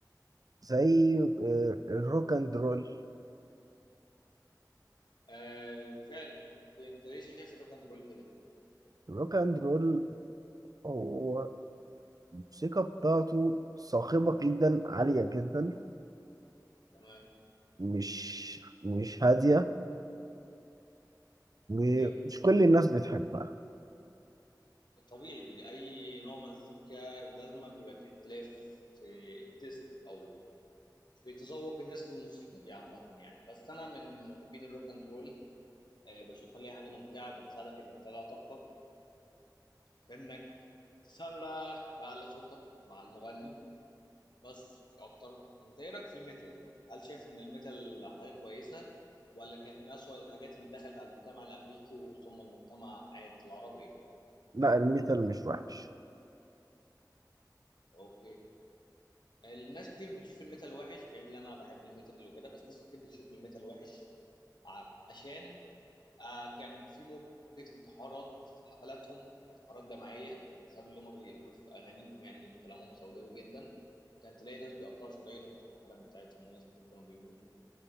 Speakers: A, on the right; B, on the left.
A: زي آه، الروك اند رول
B: آه، فعلا انت ليه شايف الروك اند رول كده
A: الروك اند رول هو الموسيقى بتاعته صاخبة جدا عالية جدا
B: تمام
A: مش مش هادية ومش
B: إيه.
A: كل الناس بتحبها
B: طبيعي اي نوع مزيكا لازم بيبقى فيه اختلاف في التيست او في تذوق الناس للموسيقى دي عامة يعني بس أنا من محبين الروك أند رول آه، بشوفها اللي هي حاجة ممتعة بتساعدك إنك تطلع طاقتك في إنك تسرح بأعلى صوتك مع المغني بس مش أكتر أنت إيه رأيك في الميتال؟ هل شايف إن الميتال حاجة كويسة ولا كانت من أسوأ الحاجات اللي دخلت على المجتمع الأمريكي وثم المجتمع العربي؟
A: لا الميتال مش وحش
B: أوكي الناس كتير بتشوف الميتال وحش بعيد إن أنا بحب الميتال وكده بس ناس كتير بتشوف الميتال وحش عشان آه كان في موجة انتحارات في حفلاتهم انتحارات جماعية بسبب اللي هم بيقولوه في أغانيهم يعني كلامهم سوداوي جدا كان تلاقي ناس بيقطعوا شرايينهم في الحفلات بتاعتهم وناس بت- كانوا بيموتوا